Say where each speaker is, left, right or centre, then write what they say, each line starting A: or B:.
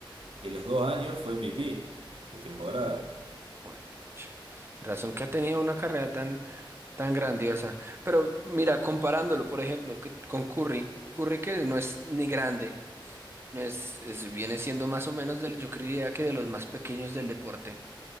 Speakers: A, on the right; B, on the right.
A: y los dos años fue MVP de temporada.
B: Joder, pucha. De razón que ha tenido una carrera tan Tan grandiosa. Pero mira, comparándolo, por ejemplo, que- con Curry, Curry que no es ni grande, no es, es- viene siendo más o menos del, yo creería que de los más pequeños del deporte.